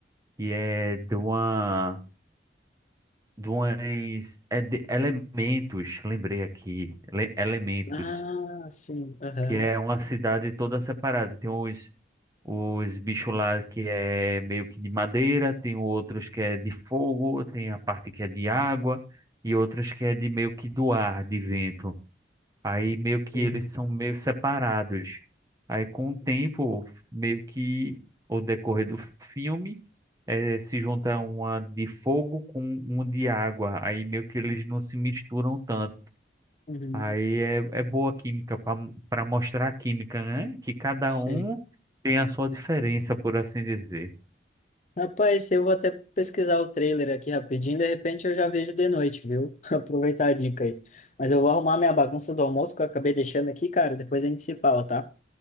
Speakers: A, on the right; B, on the left.
A: que é de uma. De umas, é de elementos, lembrei aqui, le- elementos,
B: Ah, sim. Aham.
A: que é uma cidade toda separada. Tem uns, os bichos lá que é meio que de madeira, tem outros que é de fogo, tem a parte que é de água e outros que é de meio que do ar, de vento. Aí meio
B: sim.
A: que eles são meio separados. Aí com o tempo, meio que ao decorrer do filme, eh, se junta uma de fogo com um de água. Aí meio que eles não se misturam tanto.
B: Uhum.
A: Aí é, é boa a química para mostrar a química, né? Que cada
B: Sei.
A: um tem a sua diferença, por assim dizer.
B: Rapaz, eu vou até pesquisar o trailer aqui rapidinho, de repente eu já vejo de noite, viu? <laughs> Aproveitar a dica aí. Mas eu vou arrumar minha bagunça do almoço que eu acabei deixando aqui, cara. Depois a gente se fala, tá?